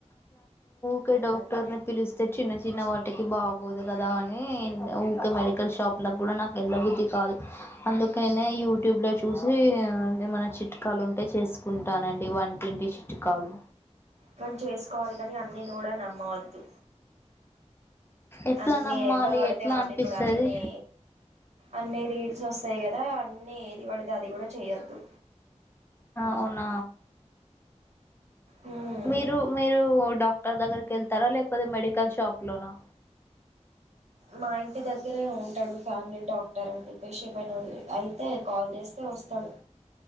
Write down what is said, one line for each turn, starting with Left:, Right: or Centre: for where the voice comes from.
Left: ఒకే డాక్టర్ని పిలిస్తే చిన్న చిన్న వాటికి బాగోదు కదా అని ఒకే మెడికల్ షాప్లో కూడా నాకు వెళ్ళ బుద్ధి కాదు అందుకనే యూట్యూబ్లో చూసి ఏమైనా చిట్కాలు ఉంటే చేస్త చట్టుకుంటానండి వంటింటి చిట్కాలు
Right: మనం చేసుకోవాలి కాని అన్ని కూడా నమ్మావొద్దు
Left: ఎట్లా
Right: అన్నిీ
Left: నమ్మాలి
Right: ఎవ్వరు పడితే
Left: ఎట్లా
Right: వాళ్ళు
Left: అనిపిస్తది
Right: ఇప్పుడు అన్నిీ అన్నిీ రీల్స్ వస్తాయి కదా అ నిన్న ఏది పడితే అది కూడా చెయ్యొద్దు
Left: మొన్న
Right: హ్మ్
Left: మీరు మీ మీరు డాక్టర్ దగ్గరకి వెళ్తారా లేకపోతే మెడికల్ షాప్ లోనా
Right: మా ఇంటి దగ్గరే ఉంటాడు ఫ్యామిలీ డాక్టర్ అని చెప్పేసిమైనా అయితే కాల్ చేస్తే వస్తాడు